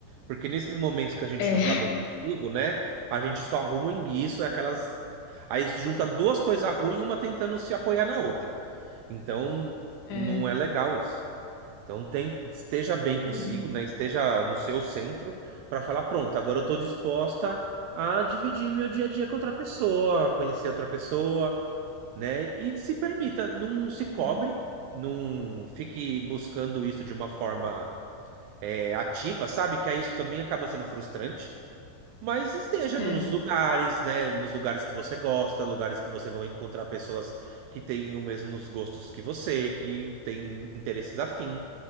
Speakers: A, on the right (about 85°); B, on the left (about 75°).
A: Porque nesses momentos que a gente
B: É,
A: não tá bem consigo, né, a gente só arruma o enguiço, é aquelas Aí se junta duas coisas ruins, uma tentando se apoiar na outra. Então,
B: <laughs>
A: não
B: é.
A: é legal isso. Então, tem- esteja bem consigo,
B: Uhum,
A: né? Esteja no seu centro para falar, pronto, agora eu estou disposta a dividir meu dia a dia com outra pessoa, conhecer outra pessoa, né? E se permita, não se
B: uhum.
A: cobre, não fique buscando isso de uma forma é, ativa, sabe? Que aí isso também acaba sendo frustrante. Mas esteja
B: É,
A: nos lugares, né? Nos lugares que você gosta, lugares que você vai encontrar pessoas que têm os mesmos gostos que você, que têm interesses afim.